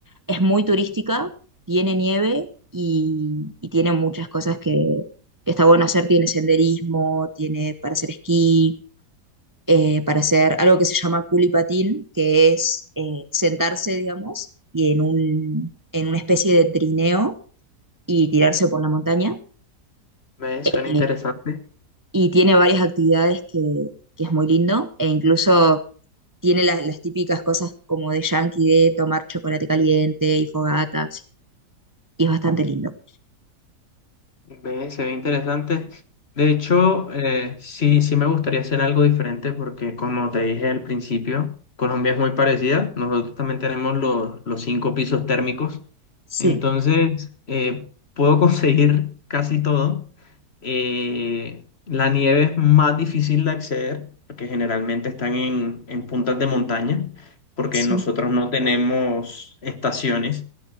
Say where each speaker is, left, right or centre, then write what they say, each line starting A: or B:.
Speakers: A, on the right; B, on the left.
A: es muy turística, tiene nieve y, y tiene muchas cosas que, que está bueno hacer. Tiene senderismo, tiene para hacer esquí, eh, para hacer algo que se llama culipatín, que es eh, sentarse, digamos, y en un, en una especie de trineo y tirarse por la montaña.
B: Me suena
A: Eh,
B: interesante.
A: y tiene varias actividades que, que es muy lindo, e incluso tiene las, las típicas cosas como de yankee, de tomar chocolate caliente y fogatas, y es bastante lindo.
B: Ve, se ve interesante. De hecho, eh, sí, sí me gustaría hacer algo diferente porque, como te dije al principio, Colombia es muy parecida. Nosotros también tenemos los, los cinco pisos térmicos.
A: Sí,
B: Entonces, eh, puedo <laughs> conseguir casi todo. Eh, la nieve es más difícil de acceder porque generalmente están en, en puntas de montaña porque
A: sí,
B: nosotros no tenemos estaciones.